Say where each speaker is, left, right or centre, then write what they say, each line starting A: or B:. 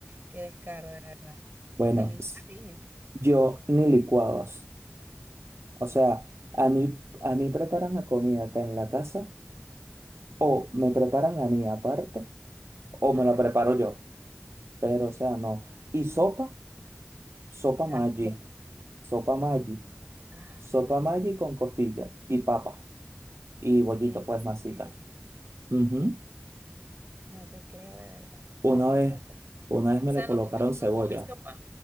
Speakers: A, on the right; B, on the right.
A: Qué descaro, de verdad.
B: bueno,
A: Al
B: s-
A: niño,
B: yo ni licuados. O sea, a
A: nada.
B: mí, a mí preparan la comida acá en la casa o me preparan la mía aparte O
A: Ajá.
B: me lo preparo yo, pero o sea, no. Y sopa, sopa
A: Tampoco.
B: Maggi, sopa Maggi,
A: Ah,
B: sopa
A: no.
B: Maggi con costilla y papa y bollito,
A: en
B: pues masita.
A: serio.
B: Ujú.
A: No te creo de verdad. No
B: Una
A: te lo
B: vez,
A: puedo creer. O
B: una vez me
A: sea,
B: le
A: no
B: colocaron
A: comí, no
B: cebolla.
A: comí sopa.